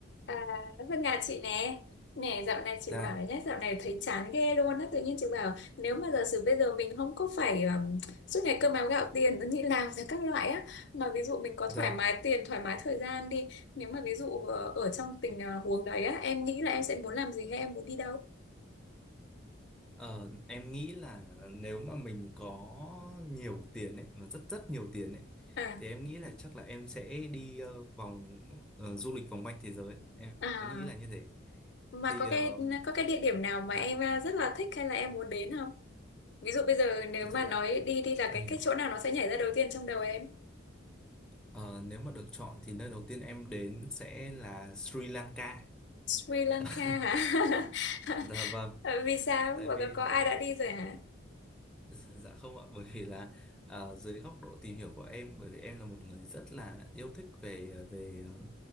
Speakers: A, on the left (about 60°); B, in the centre.
A: À, Hương nhà chị nè nè dạo này chị
B: Dạ,
A: bảo nhé dạo này thấy chán ghê luôn á tự nhiên chị bảo nếu mà giả sử bây giờ mình không có phải um, suốt ngày cơm áo gạo tiền đi làm rồi các loại á mà ví dụ mình có
B: dạ.
A: thoải mái tiền thoải mái thời gian đi nếu mà ví dụ ờ, ở trong tình ờ, huống đấy á em nghĩ là em sẽ muốn làm gì hay em muốn đi đâu
B: Ờ, em nghĩ là nếu mà mình có nhiều tiền ấy, mà rất rất nhiều tiền ấy,
A: à
B: thì em nghĩ là chắc là em sẽ đi ờ, vòng ờ, du lịch vòng quanh thế giới. Em
A: à
B: nghĩ là như thế.
A: mà
B: Thì
A: có
B: ờ,
A: cái có cái địa điểm nào mà
B: dạ,
A: em ờ, rất là thích hay là em muốn đến không ví dụ bây giờ nếu
B: thực
A: mà
B: ra là
A: nói đi đi là
B: em
A: cái
B: hiểu.
A: cái chỗ nào nó sẽ nhảy ra đầu tiên trong đầu em
B: Ờ, nếu mà được chọn thì nơi đầu tiên em đến sẽ là Sri Lanka.
A: Sri Lanka
B: <laughs>
A: hả? <laughs>
B: Dạ vâng,
A: Vì sao?
B: tại
A: Và
B: vì
A: có, có
B: là
A: ai đã đi rồi hả?
B: <laughs> Dạ không ạ, bởi vì là ờ, dưới góc độ tìm hiểu của em, bởi vì em là một người rất là yêu thích về ờ, về ờ,